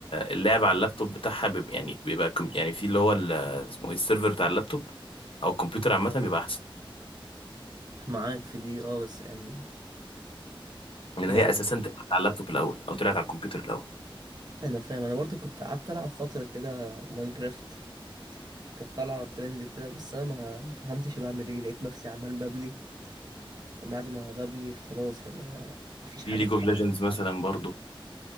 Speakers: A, on the left; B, on the right.
A: اللعب على اللابتوب بتاعها بيبقى يعني بيبقى كم- يعني في اللي هو ال- اسمه ايه السيرفر بتاع اللابتوب او الكمبيوتر عامه بيبقى احسن
B: معاك في دي اه بس يعني
A: لان
B: آه،
A: هي اساسا طلعت على اللابتوب الاول او طلعت على الكمبيوتر الاول
B: انا فاهم انا برضو كنت قعدت العب فترة كده ماينكرافت كانت طالعة ترند كده بس أنا ما ما فهمتش بعمل إيه لقيت نفسي عمال ببني وبعد ما ببني خلاص أنا مفيش حاجة
A: في ليج
B: بتلعب
A: اوف ليجندز مثلا برضو